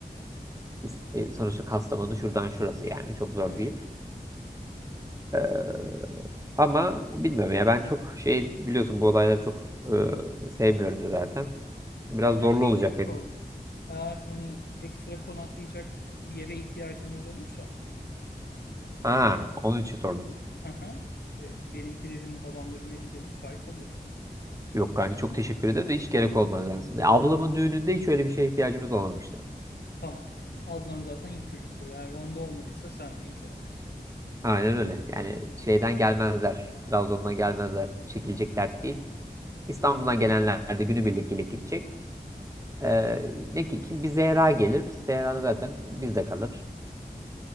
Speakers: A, on the right (about 20°); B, on the left (about 80°).
A: İs- e, Sonuçta Kastamonu şuradan şurası yani çok zor
B: evet.
A: değil. Ee, ama bilmiyorum ya ben çok şey biliyorsun bu olayları çok e, sevmiyorum da zaten. Biraz
B: Ben
A: zorlu
B: şey
A: olacak
B: için sordum.
A: benim.
B: Eğer hani ekstra konaklayacak bir yere ihtiyacınız olursa e,
A: Ha, onun için sordum.
B: hı hı, e, benimkilerin babamların evi de müsait olur.
A: Yok kanki çok teşekkür ederim de hiç gerek olmaz aslında. Ablamın düğününde hiç öyle bir şeye ihtiyacımız olmamıştı.
B: Tamam. Ablan zaten ilk çocuk bu. Eğer onda olmadıysa sende hiç olmaz.
A: Aynen öyle. Yani şeyden gelmezler. Trabzon'dan gelmezler. Çekilecek dert değil. İstanbul'dan gelenler de günübirlik gelip gidecek. Ee, ne ki kim bir Zehra gelir. Zehra da zaten bizde kalır.